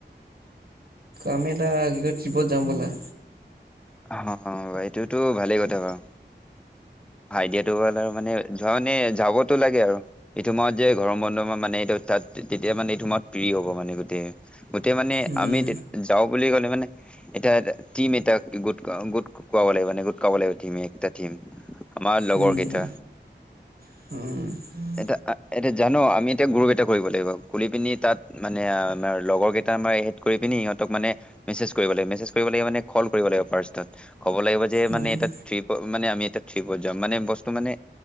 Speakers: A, on the right (about 60°); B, in the centre.
A: আমি এটা কি কয়, ট্ৰিপত যাওঁ বলা?
B: অ' অ' এইটোতো ভালেই কথা বাৰু। আইডিয়াটো হ'লে আৰু মানে ধৰা মানে যাবতো লাগে আৰু। এইটো সময়ত যে গৰম বন্ধ মানে, এইটোত তাত তেতিয়া মানে এইটো সময়ত প্ৰিয় হ'ব মানে গোটেই। গোটেই মানে
A: উম
B: আমি তে যাওঁ বুলি ক'লে মানে এতিয়া টিম এটা গোট গোট খোৱাব লাগিব মানে গোট খোৱাব লাগিব একটা টিম আমাৰ লগৰ
A: উম,
B: কেইটা
A: উম
B: এতিয়া এতিয়া জানো আমি এতিয়া গ্ৰুপ এটা কৰিব লাগিব খুলি কিনি তাত মানে আমাৰ লগৰ কেইটা আমাৰ এড কৰি কিনি সিহঁতক মানে মেছেজ কৰিব লাগিব মেছেজ কৰিব লাগিব মানে কল কৰিব লাগিব ফাৰ্ষ্টত ক'ব লাগিব যে
A: উম।
B: মানে এটা ট্ৰিপত মানে আমি এটা ট্ৰিপত যাম মানে বস্তু মানে